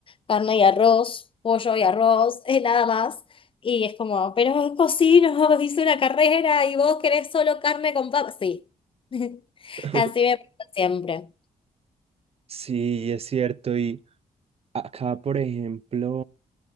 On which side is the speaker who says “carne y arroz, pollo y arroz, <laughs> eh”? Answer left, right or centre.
Left